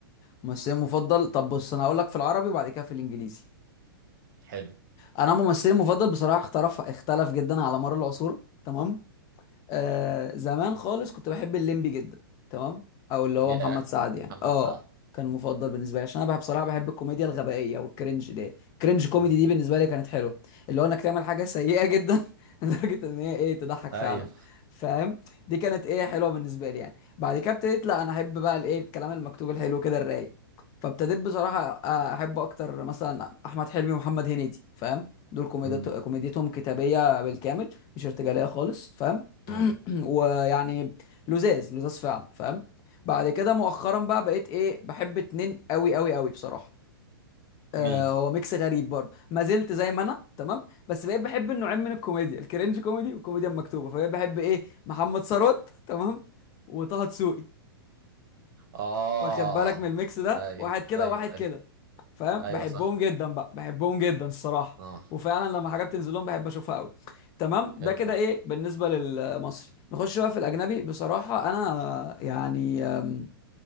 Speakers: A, on the left; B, on the right.
A: ممثلي مفضل طب بص انا هقول لك في العربي وبعد كده في الانجليزي
B: حلو
A: انا ممثلي مفضل بصراحة اختلف اختلف جدا على مر العصور تمام آه زمان خالص كنت بحب الليمبي جدا تمام او اللي هو
B: يا
A: محمد سعد يعني
B: محمد
A: اه
B: سعد
A: كان مفضل بالنسبه لي عشان انا بحب بصراحه بحب الكوميديا الغبائيه والكرنج دي كرنج كوميدي
B: امم
A: دي بالنسبه لي كانت حلوه اللي هو انك تعمل حاجه سيئه جدا <laughs> لدرجه ان هي ايه تضحك
B: ايوه
A: فعلا فاهم دي كانت ايه حلوه بالنسبه لي يعني بعد كده ابتديت لا انا احب بقى الايه الكلام المكتوب الحلو كده الرايق فابتديت بصراحه آه، احب اكتر مثلا احمد حلمي ومحمد هنيدي فاهم دول كوميديتو-
B: امم
A: كوميديتهم كتابيه بالكامل مش ارتجاليه خالص فاهم
B: امم
A: <clears throat> ويعني لزاز لزاز فعلا فاهم بعد كده مؤخرا بقى بقيت ايه بحب اتنين قوي قوي قوي بصراحه آه
B: مين
A: هو ميكس غريب برضه ما زلت زي ما انا تمام بس بقيت بحب النوعين من الكوميديا الكرنج كوميدي والكوميديا المكتوبه فبقيت بحب ايه محمد ثروت تمام وطه دسوقي
B: اه
A: واخد بالك من الميكس ده
B: ايوه
A: واحد كده
B: ايوه
A: وواحد كده
B: ايوه,
A: فاهم
B: أيوة
A: بحبهم
B: صح
A: جدا بقى بحبهم جدا الصراحه
B: اه
A: وفعلا لما حاجات بتنزل لهم بحب اشوفها قوي تمام
B: حلو
A: ده كده
B: أوي
A: ايه بالنسبه للمصري نخش بقى في الاجنبي بصراحه انا يعني أم،